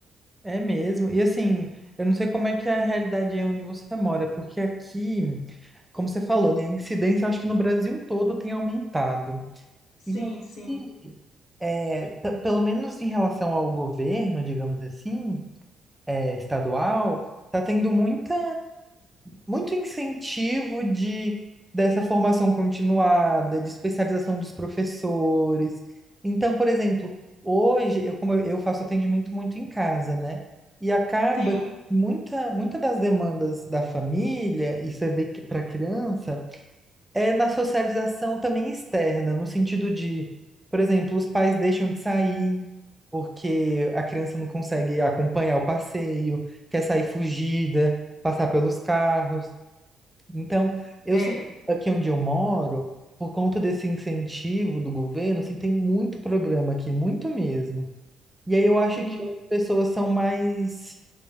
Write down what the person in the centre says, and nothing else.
é mesmo. E assim, eu não sei como é que é a realidade aí onde você mora, porque aqui, como você falou, né? A incidência, eu acho que no Brasil todo tem aumentado.
E aqui,
é, t- pelo menos em relação ao governo, digamos assim. é, estadual, está tendo muita, muito incentivo de, dessa formação continuada, de especialização dos professores. Então, por exemplo, hoje, eu, como eu eu faço atendimento muito em casa, né? E acaba
muita, muita das demandas da família, e você vê que para criança é na socialização também externa, no sentido de, por exemplo, os pais deixam de sair porque a criança não consegue acompanhar o passeio, quer sair fugida, passar pelos carros. Então, eu
sinto que aqui onde eu moro, por conta desse incentivo do governo, assim, tem muito programa aqui, muito mesmo. E aí eu acho
que outras pessoas são mais,